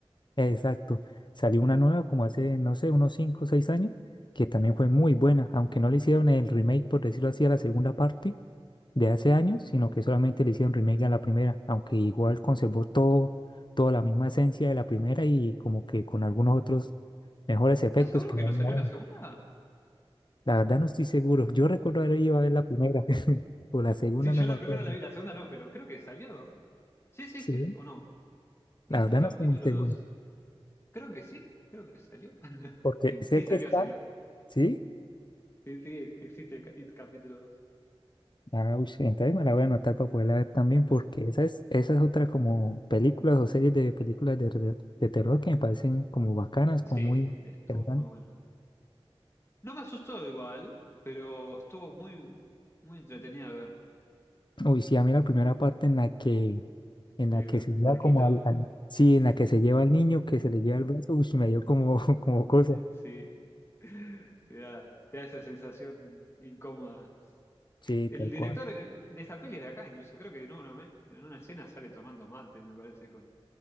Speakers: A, on the left (about 50°); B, on the left (about 25°).
A: Exacto. Salió una nueva como hace, no sé, unos 5 o 6 años, que también fue muy buena, aunque no le hicieron el remake, por decirlo así, a la segunda parte de hace años, sino que solamente le hicieron remake a la primera, aunque igual conservó todo, toda la misma esencia de la primera y como que con algunos otros mejores efectos
B: ¿Estás seguro
A: que
B: que
A: hay
B: no salió
A: ahora.
B: la segunda?
A: La verdad no estoy seguro. Yo recuerdo haber ido a ver la primera, <laughs> o la segunda,
B: Sí, yo
A: no me
B: la
A: acuerdo.
B: primera la vi, la segunda no, pero creo que salió. Sí, sí,
A: Sí,
B: sí, o no. It
A: la verdad
B: capítulo
A: no estoy muy seguro,
B: dos, Creo que sí, creo que salió. <laughs>
A: porque sé
B: Sí,
A: que
B: salió,
A: está,
B: salió.
A: sí,
B: Sí, sí, existe It capítulo dos.
A: Ah, uy, sí, entonces me la voy a anotar para poderla ver también, porque
B: Mm.
A: esa es, esa es otra como películas o series de películas de, de, de terror que me parecen como bacanas, como
B: Sí,
A: muy
B: estuvo
A: interesantes.
B: muy bueno. No me asustó igual, pero estuvo muy, muy entretenida ver
A: Uy, sí, a mí la primera parte en la que, en
B: el
A: la que se lleva
B: barquito.
A: como al, al- sí, en la que se lleva al niño, que se le lleva el brazo, uy, me dio como, <laughs> como cosa.
B: Sí, te da, te da esa sensación incómoda.
A: Sí,
B: El
A: tal
B: director
A: cual.
B: eh, de esa peli es de acá, incluso. Creo que en una, en una escena sale tomando mate, me parece, con.